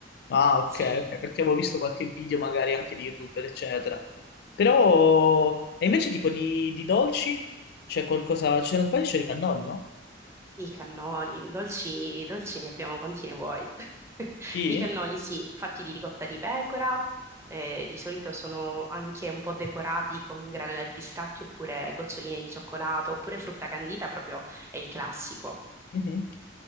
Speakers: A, on the left (about 60°); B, on the right (about 15°).
A: Ah, ok,
B: Sì,
A: ok, perché avevo visto qualche video magari anche di YouTuber, eccetera. Però, e invece tipo di, di dolci? C'è qualcosa, c'è un paio di cannoli, no?
B: i cannoli, dolci, dolci ne abbiamo quanti ne vuoi. <laughs>
A: Sì?
B: I cannoli, sì, fatti di ricotta di pecora. eh, di solito sono anche un po' decorati con granella di pistacchio oppure goccioline di cioccolato oppure frutta candita, proprio è il classico.
A: Mhm.